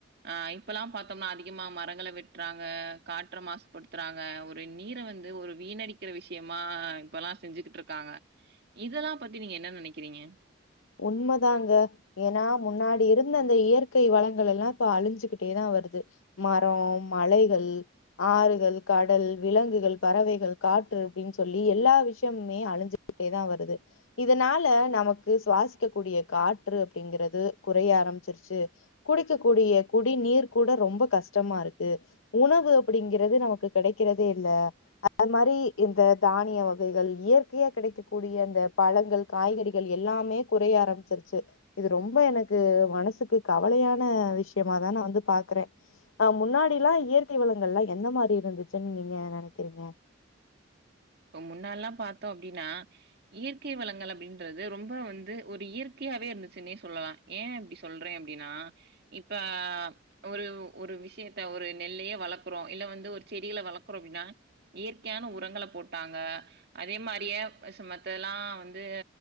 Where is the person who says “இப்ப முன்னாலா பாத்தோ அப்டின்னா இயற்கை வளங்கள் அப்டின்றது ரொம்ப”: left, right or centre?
Right